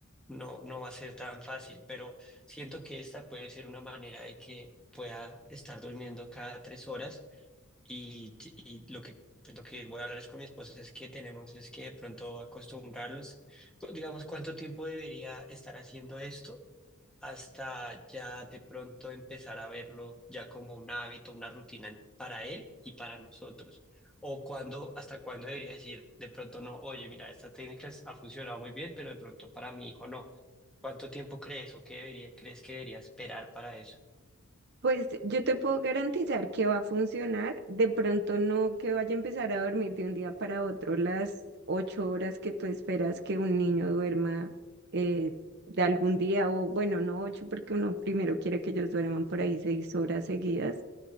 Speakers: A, in the centre; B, on the right.
A: no, no va a ser tan fácil, pero siento que esta puede ser una manera de que pueda estar durmiendo cada tres horas y, y lo que, pues, lo que voy a hablar es con mi esposa es que tenemos es que de pronto acostumbrarlos, Pues, digamos, ¿cuánto tiempo debería estar haciendo esto? hasta ya de pronto empezar a verlo ya como un hábito, una rutina en- para él y para nosotros. O cuando, hasta cuándo debería decir, de pronto no, oye, mira, esta técnica es- ha funcionado muy bien, pero de pronto para mi hijo no. ¿Cuánto tiempo crees o qué debería, crees que debería esperar para eso?
B: Pues yo te puedo garantizar que va a funcionar. De pronto no que vaya a empezar a dormir de un día para otro las ocho horas que tú esperas que un niño duerma eh, de algún día, o bueno, no ocho, porque uno primero quiere que ellos duerman por ahí seis horas seguidas,